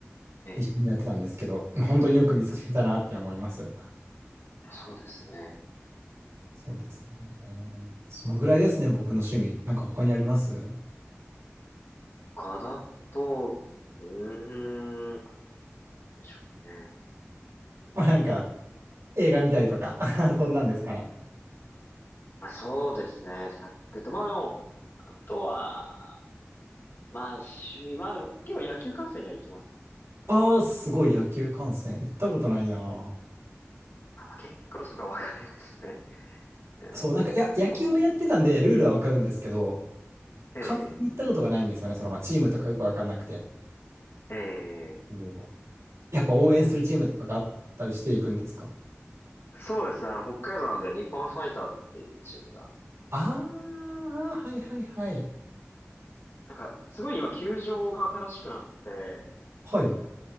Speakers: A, on the left (about 55°); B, on the right (about 65°).
A: ええ
B: 一緒にやってたんですけど、本当によく見つけたなって思います。
A: そうですね。
B: そうですね。そのぐらいですね、僕の趣味。なんか他にあります
A: かだと、うーん、でしょうね。料理も
B: まあ、<laughs> なんか、映画見たりとか、<laughs> そんなんですかね。
A: まあそうですね、さっくりと。まあでも、あとは、まあ趣味、まあでも結構野球観戦には行きますね。
B: ああ、すごい野球観戦。行ったことないな。
A: あ、まあ結構そこは分かりますね。ええなんか、
B: そう、なんか、いや、野球をやってたんで、
A: この、
B: ルールはわかるんですけど、
A: ええ
B: 観戦に行ったことがないんですよね。その、まあ、チームとかよくわかんなくて。
A: ええ
B: おーやっぱ応援するチームとかがあったりしていくんですか
A: そうですね。あの、北海道なんで日本ファイターズっていうチームが。
B: ああー、はいはいはい。
A: なんか、すごい今、球場が新しくなって、
B: はい。